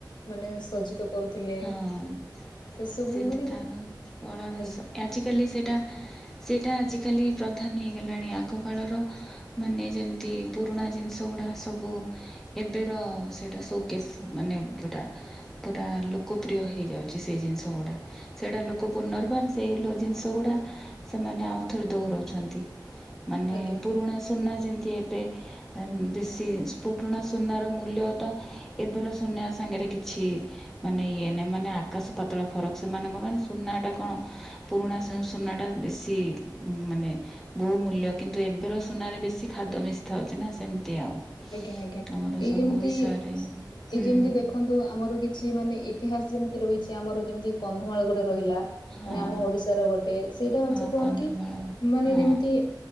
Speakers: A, on the left; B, in the centre.
A: ମାନେ ସଜ୍ଜିତ କରୁଥିଲେ।
B: ହଁ
A: ସେ ସବୁ
B: ସେମିତି
A: ମାନେ
B: ତାର କଳାଭୂଷ
A: ଆଜ୍ଞା
B: ଆଜିକାଲି ସେଇଟା ସେଇଟା ଆଜିକାଲି ପ୍ରଧାନ ହେଇଗଲାଣି। ଆଗକାଳର ମାନେ ଯେମିତି ପୁରୁଣା ଜିନିଷ ଗୁଡ଼ା ସବୁ ଏବେର ସେଇଟା ସୋକେସ୍ ମାନେ ଯେଉଟା ପୁରା ଲୋକପ୍ରିୟ ହେଇଯାଉଛି ସେ ଜିନିଷ <unintelligible> ସେଟା ଲୋକ ପୁନର୍ବାର ସେଇ ଜିନିଷ ଗୁଡ଼ା ସେମାନେ ଆଉଥରେ ଦୋହରଉଛନ୍ତି। ମାନେ
A: ଆଜ୍ଞା
B: ପୁରୁଣା
A: ଆଜ୍ଞା
B: ସୁନା ଯେମିତି ଏବେ ବେଶୀ ପୁରୁଣା ସୁନାର ମୂଲ୍ୟ ତ ଏବେର ସୁନା ସାଙ୍ଗରେ କିଛି ମାନେ ଇଏ ନାହିଁ। ମାନେ ଆକାଶ ପା ପାତାଳ ଫରକ୍। ସେମାନେ <unintelligible> ସୁନା ଟା କଣ ପୁରୁଣା ସୁନା ଟା ବେଶୀ ମାନେ ବହୁ ମୂଲ୍ୟ କିନ୍ତୁ ଏବେର ସୁନାରେ ବେଶି ଖାଦ ମିଶା ହଉଛି ନା ସେମିତି ଆଉ।
A: ଆଜ୍ଞା, ଆଜ୍ଞା।
B: ଆମର
A: ଏଇ
B: ସବୁ
A: ଯେମିତି
B: ବିଷୟରେ ହୁଁ
A: ଏଇ ଯେମିତି ଦେଖ ଦେଖନ୍ତୁ ଆମର କିଛି ମାନେ ଇତିହାସ ଯେମିତି ରହିଛି ଆମର ଯେମିତି କନ୍ଧମାଳ ଗୋଟେ ରହିଲା
B: ହଁ
A: ମାନେ ଆମ ଓଡିଶାର ଗୋଟେ ସେଇଟା ହଉଛି
B: ହଁ
A: କଣ
B: କନ୍ଧମାଳ
A: କି ମାନେ
B: ହଁ
A: ଯେମିତି